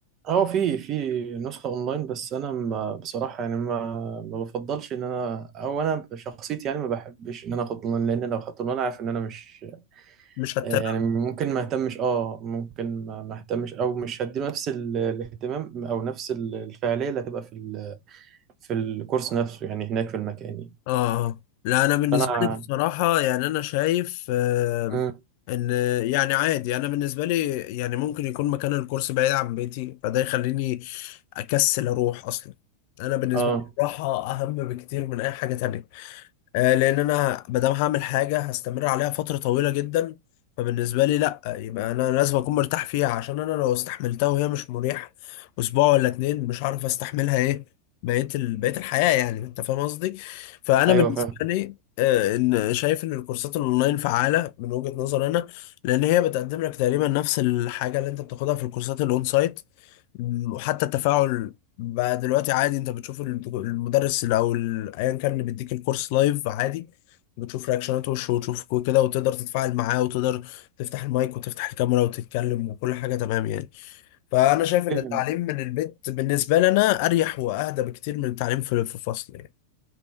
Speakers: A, on the right (about 35°); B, on the left (about 45°).
A: اه في في نسخة اونلاين بس انا ما بصراحة يعني ما ما بفضلش ان انا او انا شخصيتي يعني ما بحبش ان انا اخد اونلاين لان لو خدت اونلاين عارف ان انا مش
B: مش هتتابع
A: آه، يعني ممكن ما اهتمش اه ممكن ما ما اهتمش او مش هديله نفس ال- الاهتمام او نفس ال- الفعالية اللي هتبقى في ال- في الكورس نفسه يعني هناك في المكان يعني
B: اه آه. لا انا بالنسبة
A: فانا
B: لي بصراحة يعني انا شايف آه
A: مم.
B: ان يعني عادي انا بالنسبة لي يعني ممكن يكون مكان الكورس بعيد عن بيتي فده يخليني اكسل اروح اصلا انا بالنسبة
A: اه
B: لي الراحة اهم بكتير من اي حاجة تانية آه، لان انا ما دام هعمل حاجه هستمر عليها فتره طويله جدا فبالنسبه لي لا يبقى انا لازم اكون مرتاح فيها عشان انا لو استحملتها وهي مش مريحه اسبوع ولا اتنين مش هعرف استحملها ايه بقيه ال... بقيه الحياه يعني انت فاهم قصدي فانا
A: ايوه
B: بالنسبه
A: فاهم
B: لي آه، ان شايف ان الكورسات الاونلاين فعاله من وجهه نظر انا لان هي بتقدم لك تقريبا نفس الحاجه اللي انت بتاخدها في الكورسات الاون سايت وحتى التفاعل بقى دلوقتي عادي انت بتشوف الدكو- المدرس اللي او ال- ايا كان اللي بيديك الكورس لايف عادي بتشوف رياكشنات وشه وتشوف كو- كده وتقدر تتفاعل معاه وتقدر تفتح المايك وتفتح الكاميرا وتتكلم وكل حاجة تمام يعني فأنا شايف إن
A: أيوة.
B: التعليم من البيت بالنسبة لنا أريح وأهدى بكتير من التعليم في في الفصل يعني